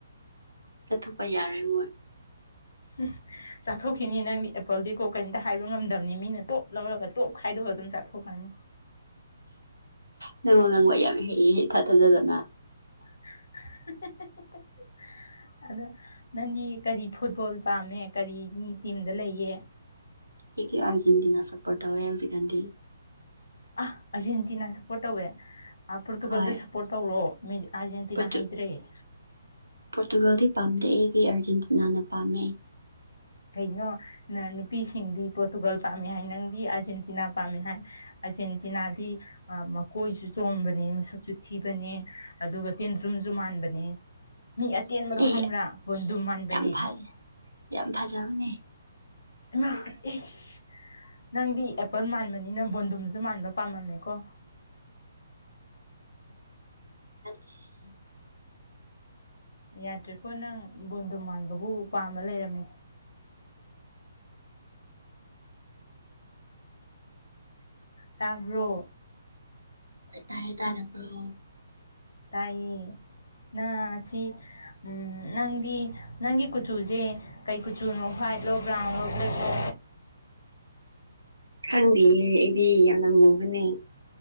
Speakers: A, on the right; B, on the left.
A: ꯆꯥꯊꯣꯛꯄ ꯌꯥꯔꯦꯏ ꯃꯣꯏ
B: ꯎ ꯆꯥꯊꯣꯛꯈꯤꯅꯤ ꯅꯪꯗꯤ ꯑꯦꯄꯜꯗꯤꯀꯣ ꯀꯩꯇ ꯍꯥꯏꯕ ꯉꯝꯗꯕꯅꯤ ꯃꯤꯅ ꯇꯣꯞ ꯂꯧꯔꯒ ꯇꯣꯞ ꯈꯥꯏꯗꯣꯛꯑꯗ ꯆꯥꯊꯣꯛꯀꯅꯤ
A: ꯅꯪ ꯋꯥ ꯉꯥꯡꯕ ꯌꯥꯝ ꯍꯩꯌꯦ ꯏꯊꯥ ꯊꯥꯖꯗꯅ
B: <unintelligible> ꯑꯗꯣ ꯅꯪꯗꯤ ꯀꯔꯤ ꯐꯨꯠꯕꯣꯜ ꯄꯥꯝꯃꯦ ꯀꯔꯤꯒꯤ ꯇꯤꯝꯗ ꯂꯩꯌꯦ
A: ꯑꯩꯗꯤ ꯑꯔꯖꯦꯟꯇꯤꯅꯥ ꯁꯄꯣꯔꯠ ꯇꯧꯌꯦ ꯍꯧꯖꯤꯛꯀꯥꯟꯗꯤ
B: ꯑꯥ ꯑꯥꯔꯖꯦꯟꯇꯤꯅꯥ ꯁꯞꯄꯣꯔꯠ ꯇꯧꯋꯦ ꯄꯣꯔꯇꯨꯒꯜꯗ
A: ꯍꯣꯏ
B: ꯁꯞꯄꯣꯔꯠ ꯇꯧꯔꯣ ꯑꯔꯖꯦꯟꯇꯤꯅꯥ
A: ꯄꯣꯔꯇꯨ
B: ꯍꯩꯇ꯭ꯔꯦ
A: ꯄꯣꯔꯇꯨꯒꯜꯗꯤ ꯄꯥꯝꯗꯦ ꯑꯩꯗꯤ ꯑꯥꯔꯖꯦꯟꯇꯤꯅꯥꯅ ꯄꯥꯝꯃꯦ
B: ꯀꯩꯅꯣ ꯅ ꯅꯨꯄꯤꯁꯤꯡꯗꯤ ꯄꯣꯔꯇꯨꯒꯥꯜ ꯄꯥꯝꯃꯦ ꯍꯥꯏ ꯅꯪꯗꯤ ꯑꯥꯔꯖꯦꯟꯇꯤꯅꯥ ꯄꯥꯝꯃꯦ ꯍꯥꯏ ꯑꯥꯔꯖꯦꯟꯇꯤꯅꯥꯗꯤ ꯃꯀꯣꯏꯁꯨ ꯆꯣꯝꯕꯅꯦ ꯃꯁꯛꯁꯨ ꯊꯤꯕꯅꯦ ꯑꯗꯨꯒ ꯇꯦꯟꯗ꯭ꯔꯨꯝꯁꯨ ꯨ ꯃꯥꯟꯕꯅꯦ ꯃꯤ ꯑꯇꯦꯟꯕꯗꯣ
A: ꯑꯦ
B: ꯈꯪꯕ꯭ꯔꯥ ꯕꯣꯟꯗꯨꯝ ꯃꯥꯟꯕꯅꯦ
A: ꯌꯥꯝ ꯐꯖ ꯌꯥꯝ ꯐꯖꯕꯅꯦ
B: ꯑꯩꯃꯥ
A: ꯅꯪ
B: ꯑꯩꯁ
A: ꯈꯪꯗꯕꯒꯤꯅꯦ
B: ꯅꯪꯗꯤ ꯑꯦꯄꯜ ꯃꯥꯟꯕꯅꯤꯅ ꯕꯣꯟꯗꯨꯝꯁꯨ ꯃꯥꯟꯕ ꯄꯥꯝꯃꯝꯃꯦꯀꯣ <inaudible>
A: <inaudible>
B: ꯌꯥꯗ꯭ꯔꯦꯀꯣ ꯅꯪ ꯕꯣꯟꯗꯨꯝ ꯃꯥꯟꯕꯕꯨ ꯄꯥꯝꯃ ꯂꯩꯔꯝꯃꯤ ꯇꯥꯕ꯭ꯔꯣ
A: ꯇꯥꯌꯦ ꯇꯥꯗꯕ꯭ꯔꯣ
B: ꯇꯥꯏꯌꯦ ꯅꯪ ꯁꯤ ꯎꯝ ꯅꯪꯗꯤ ꯅꯪꯒꯤ ꯀꯨꯆꯨꯁꯦ ꯀꯩ ꯀꯨꯆꯨꯅꯣ ꯍ꯭ꯋꯥꯏꯠꯂꯣ ꯕ꯭ꯔꯥꯎꯟꯂꯣ ꯕ꯭ꯂꯦꯛꯂꯣ
A: ꯈꯪꯗꯤꯌꯦ ꯑꯩꯗꯤ ꯌꯥꯝꯅ ꯃꯨꯕꯅꯦ